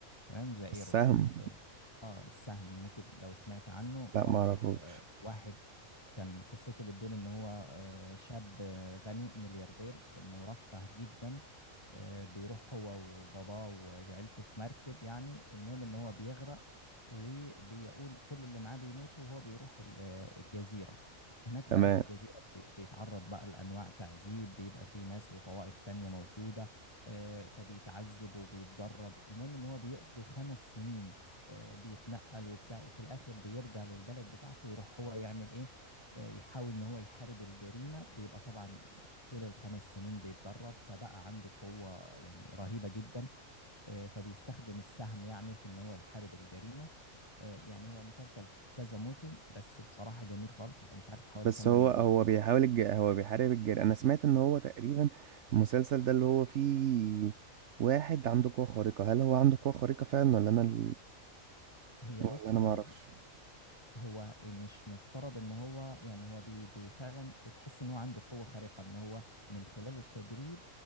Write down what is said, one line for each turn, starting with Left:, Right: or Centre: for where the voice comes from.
Left: تمام ذا إيرو
Right: السهم
Left: اه آه، السهم ممكن لو سمعت عنه
Right: لا
Left: برضو
Right: ما اعرفوش
Left: آه واحد كان قصته بتدور ان هو آه، شاب آه، غني ملياردير مرفه جدا آه، بيروح هو وباباه و- وعيلته في مركب يعني المهم ان هو بيغرق وبيقول كل اللي معاه بيموتوا وهو بيروح ال- آه، الجزيرة هناك
Right: تمام
Left: بقى في الجزيرة بي- بيتعرض بقى لأنواع تعذيب بيبقى في ناس وطوائف تانية موجودة آه، فبيتعذب وبيتدرب المهم ان هو بيقضي خمس سنين آه، بيتنقل وبتاع وفي الآخر بيرجع للبلد بتاعته يروح هو يعمل ايه يحاول ان هو يحارب الجريمه بيبقى طبعا طول الخمس سنين بيتدرب فبقى عنده قوه يعني رهيبه جدا آه، فبيستخدم السهم يعني في ان هو يحارب الجريمه آه، يعني هو مسلسل كذا موسم بس بصراحه جميل خالص مش عارف حوالي
Right: بس
Left: 8
Right: هو هو بيحاول الج... هو بيحارب الجير انا سمعت ان هو تقريبا المسلسل ده اللي هو فيه واحد عنده قوة خارقة هل هو عنده قوة خارقة فعلا ولا انا ال-
Left: هي بص
Right: ولا انا
Left: هو
Right: ما اعرفش
Left: هو مش مفترض ان هو يعني هو بي بي فعلا تحس ان هو عنده قوة خارقة ان هو من خلال التدريب